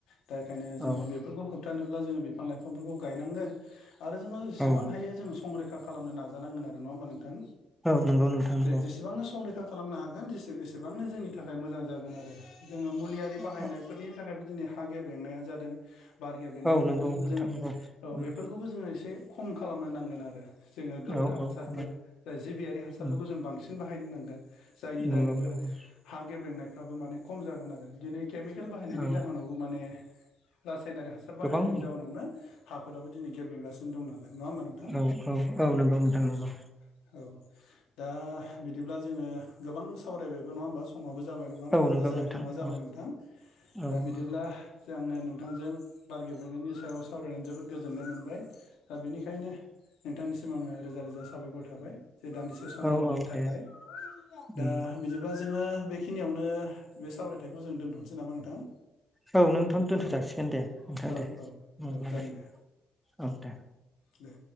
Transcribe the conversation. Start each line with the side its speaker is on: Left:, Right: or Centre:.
Left: दा एखायनो जोङो
Centre: औ
Left: बेफोरखौ होप्थानो ब्ला जोङो बिफां लाइफां फोरखौ गायनांगोन आरो जोङो जेसेबां
Centre: औ
Left: हायो जोङो संरैखा खालामनो नाजा नांगोन आरो। नङा होमबा नोंथां?
Centre: औ नंगौ नोंथां
Left: जों
Centre: नंगौ
Left: जेसेबांनो संरैखा खालामनो हाग न दिसि एसेबांनो जोंनि थाखाय मोजां जागोन आरो जोङो मुलियारि बाहायनाय
Centre: औ
Left: फोरनि थाखायबो दिनै हा गेब्रेंनाया जादों बार गेब्रेंनाया
Centre: औ
Left: जादों
Centre: नंगौ नोंथां
Left: जोङो
Centre: नंगौ
Left: औ
Centre: उम
Left: बेफोर खौबो जोङो एसे खम खालामनो नांगोन आरो जोङो गोबोर
Centre: औ
Left: हासार
Centre: औ खमायदों
Left: फोर जाय जिबियारि हासार
Centre: उम
Left: फोरखौ जों बांसिन बाहाय बाहायनो नांगोन जायनि
Centre: नंगौ
Left: दारैबो
Centre: नंगौ
Left: हा गेब्रेंनाय फ्राबो माने खम जागोन आरो दिनै केमिकेल बाहायनायनि
Centre: औ
Left: जाहोनावबो माने रासायनारि हासार बाहायनायनि
Centre: गोबां
Left: जाहोनावनो हा फोराबो दिनै गेब्रें गासिनो दं नालाय नङा होमबा नोंथां?
Centre: औ औ औ नंगौ नोंथां
Left: औ
Centre: नंगौ
Left: औ दा बिदिब्ला जोङो गोबां सावराय बायबो नङा होमबा समाबो जाबाय नङा
Centre: औ नंगौ
Left: जायाखै
Centre: नोंथां
Left: नङा जाबाय
Centre: औ
Left: नोंथां
Centre: औ
Left: दा
Centre: नंगौ
Left: बिदिब्ला आङो नोंथांजों बार गेब्रेंनायनि सायाव सावरायनानै जोबोद गोजोननाय मोनबाय दा बेनिखायनो नोंथांनिसिम आङो रोजा रोजा साबायखर थाबाय। जे दान्दिसे सम
Centre: औ
Left: होनायनि
Centre: औ
Left: थाखाय
Centre: दे
Left: दा
Centre: उम
Left: बिदिब्ला जोङो बे बेखिनियावनो बे सावरायथायखौ जों दोन्थ'नोसै नामा नोंथां?
Centre: औ नोंथ' दोन्थ' जाासिगोन दे नोंथां
Left: औ
Centre: दे
Left: औ
Centre: हब्लानो
Left: औ जागोन दे
Centre: औ दे।
Left: दे।